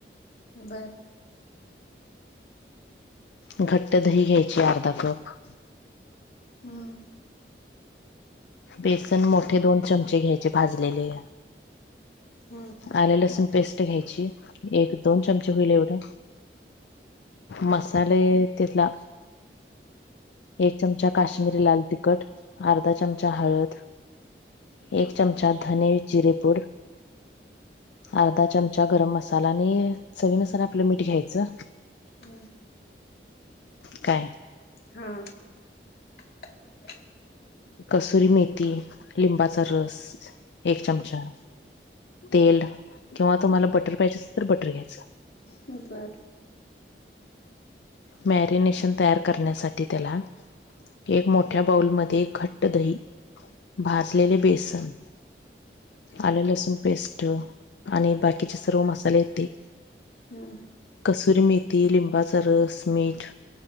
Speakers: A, on the left (about 65°); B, on the left (about 80°).
A: बरं
B: घट्ट दही घ्यायची अर्धा कप
A: हूं
B: बेसन मोठे दोन चमचे घ्यायचे भाजलेले.
A: हम्म
B: आल लसूण पेस्ट घ्यायची एक दोन चमचे होईल एवढं मसाले तेथला एक चमचा काश्मीरी लाल तिखट अर्धा चम चा हळद एक चमचा धने जिरेपूड अर्धा चमचा गरम मसाला आणि चवीनुसार आपलं मीठ घ्यायचं.
A: हम्म
B: काय?
A: हा <unintelligible>
B: कसुरी मेथी लिंबाचा रस एक चमचा तेल किंवा तुम्हाला बटर पाहिजे असल तर बटर घ्यायचं.
A: बरं
B: मॅरिनेशन तयार करण्यासाठी त्याला एक मोठ्या बाऊलमध्ये घट्ट दही भाजलेले बेसन आलं लसूण पेस्ट आणि बाकीचे सर्व मसालेत ते
A: हूं
B: कसुरी मेथी लिंबाचा रस मीठ